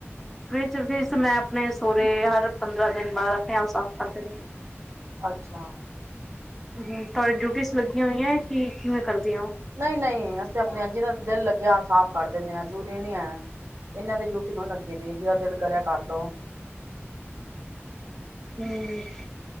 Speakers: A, in the centre; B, on the right.
A: ਫ੍ਰਿਜ ਫਿਰ ਮੈਂ ਆਪ ਆਪਣੇ ਸਹੁਰੇ ਹਰ ਪੰਦਰਾਂ ਦਿਨ ਬਾਅਦ, ਆਪਣੇ ਆਪ ਸਾਫ਼ ਕਰ ਦਿੰਦੇ ਆ।
B: ਅੱਛਾ,
A: ਹੂੰ ਤੁਹਾਡੀ ਡਿਊਟੀਜ਼ ਲੱਗੀਆਂ ਹੋਈਆਂ ਕਿ ਕਿਵੇਂ ਕਰਦੀਆਂ ਹੋ?
B: ਨਹੀਂ -ਨਹੀਂ ਅਸੀ ਤੇ ਆਪਣ ਜਿਹਦਾ ਦਿਲ ਲੱਗਿਆ ਸਾਫ਼ ਕਰ ਦਿੰਦੇ ਆਂ, ਜ਼ੂਰੀ ਨੀ ਆਇਆ, ਇਹਨਾਂ ਦੀ ਜੂਠੀ ਕਿਣ ਲੱਗੀ ਤ ਜਿ ਦਿਲ ਕਰਿਆ ਕਰਦੋ।
A: ਹਮ।